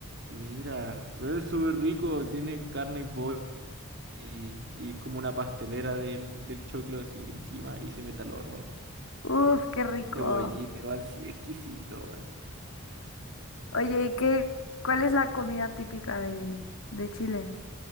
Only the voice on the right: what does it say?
Mira, pero es súper rico, tiene carne y pollo. y, y como una pastelera del, del choclo así encima y se mete al horno.
Cebollita, igual, sí, exquisito, weón.